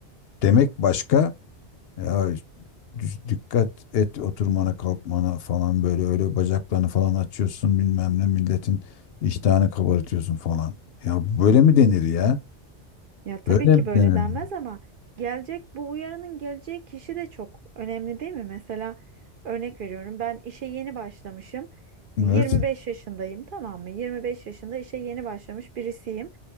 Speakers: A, on the left; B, on the right.
A: demek başka. Ya düş- dikkat et oturmana kalkmana falan böyle öyle bacaklarını falan açıyorsun bilmem ne milletin iştahını kabartıyorsun falan. Ya böyle mi denir ya?
B: Ya tabii
A: Böyle
B: ki
A: mi
B: böyle
A: denir?
B: denmez ama gelecek bu uyarının geleceği kişi de çok önemli değil mi? Mesela örnek veriyorum ben işe yeni başlamışım.
A: Evet.
B: 25 yaşındayım tamam mı? 25 yaşında işe yeni başlamış birisiyim.